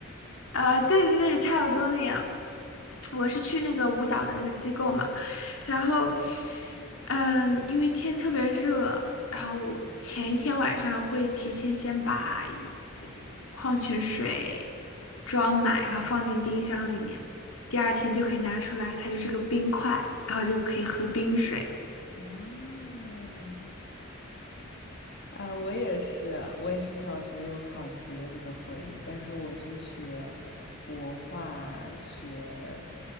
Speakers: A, on the left; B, on the left.
A: 啊、对对对，差不多那样。我是去那个舞蹈的那个机构嘛，然后，嗯，因为天特别热，然后前一天晚上会提前先把一矿泉水装满，然后放进冰箱里面，第二天就可以拿出来，它就是个冰块，然后就可以喝冰水。
B: 嗯。哎，我也是，我也是小学有考级的那个回忆，但是我是学国画，学，